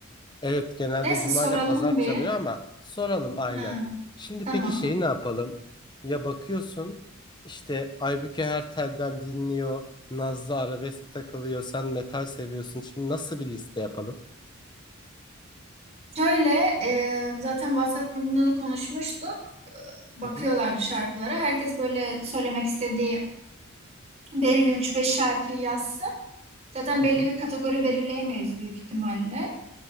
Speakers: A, on the left; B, on the right.
A: Evet genelde
B: Neyse
A: cuma
B: soralım
A: ile pazar
B: bir.
A: çalıyor ama soralım aynen.
B: Hı,
A: Şimdi
B: tamam.
A: peki şeyi ne yapalım? Ya bakıyorsun işte Aybüke her telden dinliyor. Nazlı arabesk takılıyor. Sen metal seviyorsun. Şimdi nasıl bir liste yapalım?
B: Şöyle e, zaten WhatsApp grubunda da konuşmuştuk. Bakıyorlardı
A: Hı hı
B: şarkılara. Herkes böyle söylemek istediği belirli üç beş şarkıyı yazsın. Zaten
A: hı
B: belli bir kategori belirleyemeyiz büyük ihtimalle.